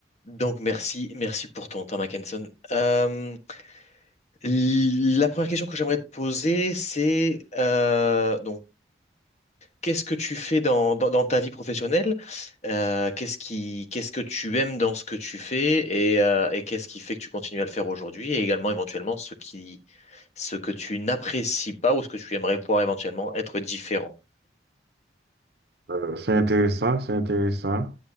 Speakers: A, on the left; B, on the right.
A: Donc merci, merci pour ton temps, Mackenson. Euh, la première question que j'aimerais te poser, c'est euh, donc qu'est-ce que tu fais dans, dans, dans ta vie professionnelle? Euh, qu'est-ce qui, qu'est-ce que tu aimes dans ce que tu fais et, euh, et qu'est-ce qui fait que tu continues à le faire aujourd'hui et également éventuellement ce qui, ce que tu n'apprécies pas ou ce que tu aimerais pouvoir éventuellement être différent.
B: Euh, c'est intéressant, c'est intéressant.